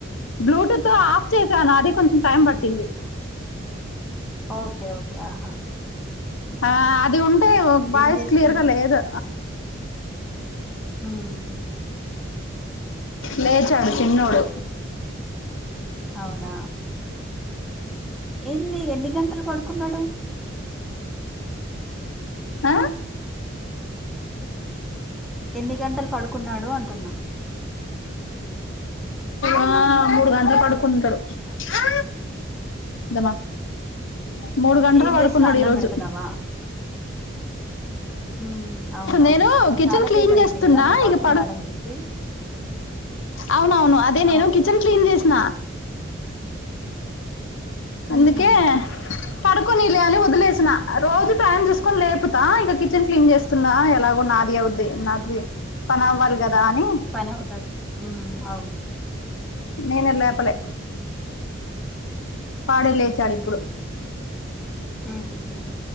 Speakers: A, on the left (about 70°); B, in the centre.
A: బ్లూటూత్ ఆఫ్ చేశాను అది కొంచెం టైం పట్టింది
B: ఓకే ఓకే ఆహా
A: ఆ అది ఉంటే వాయిస్
B: ఏం చేస్తున్నా
A: క్లియర్ గా లేదు
B: ఊమ్
A: లేేచాడు చిన్నోడు
B: అవునా ఏంది ఎన్ని గంటలు పడుకున్నాడు
A: ఆ
B: ఎన్ని గంటలు పడుకున్నాడు అంటున్నా
A: ఆ మూడు గంటలు పడుకుంటారు ఆ జమా మూడు గంటలు
B: ఏం
A: పడుకున్నాడు
B: చేస్తున్నావు అన్నం
A: ఈరోజు
B: పెడుతున్నావా ఉమ్ అవునవును
A: నేను కిచెన్
B: చాలాసేపు
A: క్లీన్
B: అయింది
A: చేస్తున్నా
B: కదా నువ్వు పడుకున్నాడని
A: ఇక పడు
B: చెప్పి
A: అవునవును అదే నేను
B: ఓకే
A: కిచెన్ క్లీన్ చేసిన అందుకే
B: ఉహుం,
A: పడుకోనిలే అని వదిలేసిన రోజు టైమ్ చూసుకొని లేపుపోతా ఇక కిచెన్ క్లీన్ చేస్ స్తున్నా ఎలాగో నాది అవుద్ది నాది పని అవ్వాలి కదా అని
B: పని అవుతది ఉమ్ అవును
A: నేనే లేపలే వాడే లేచాడు ఇప్పుడు
B: ఉమ్